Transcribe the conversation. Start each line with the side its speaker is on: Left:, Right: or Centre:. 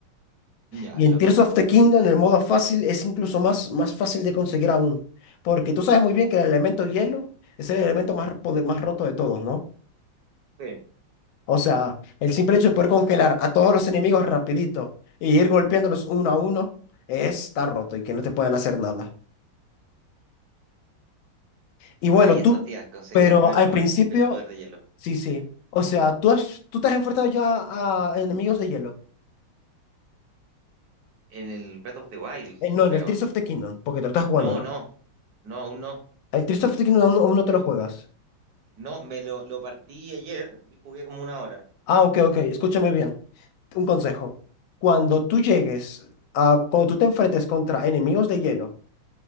Right: ya,
Left: Y en
Right: lo
Left: Tears
Right: mismo.
Left: of the Kingdom, el modo fácil, es incluso más, más fácil de conseguir aún. Porque tú sabes muy bien que el elemento hielo es el elemento más, poder- más roto de todos, ¿no?
Right: Bien.
Left: O sea, el simple hecho de poder congelar a todos los enemigos rapidito y ir golpeándolos uno a uno, está roto y que no te puedan hacer nada. Y bueno,
Right: Ah, y
Left: tú,
Right: estos días conseguías
Left: pero
Right: primero
Left: al
Right: el, primer-
Left: principio,
Right: el el poder de hielo.
Left: sí, sí. O sea, tú, has, tú te has enfrentado ya a enemigos de hielo.
Right: En el Breath of the Wild,
Left: Eh, no, en
Right: creo.
Left: el Tears of the Kingdom, porque te lo estás jugando,
Right: No,
Left: ¿no?
Right: no, no, aún no.
Left: El Tears of the Kingdom aún aún no te lo juegas.
Right: No, me lo, lo partí ayer y jugué como una hora.
Left: Ah, ok, ok, escúchame bien. Un consejo. Cuando tú llegues a, cuando tú te enfrentes contra enemigos de hielo,